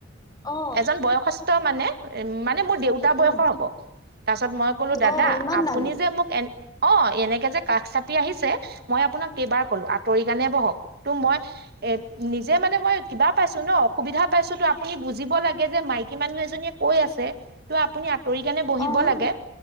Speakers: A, on the left; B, on the right.
A: অ',
B: এজন বয়সস্ স্থ মানে উম মানে মোৰ দেউতা বয়সৰ
A: উম।
B: হ'ব। তাৰপাছত মই ক'লো দাদা,
A: অ', ইমান
B: আপুনি
A: ডাঙৰ?
B: যে মোক এ অ, এনেকে যে কাষ চাপি আহিছে, মই আপোনাক কেইবাৰ ক'লো আঁতৰি কেণে বহক। তো মই এ নিজে মানে মই কিবা পাইছো ন, অসুবিধা পাইছোঁ তো আপুনি বুজিব লাগে। গে যে মাইকী মানুহ এজনীয়ে কৈ আছে। ত' আপুনি আঁতৰি কেনে বহিব
A: অ',
B: লাগে।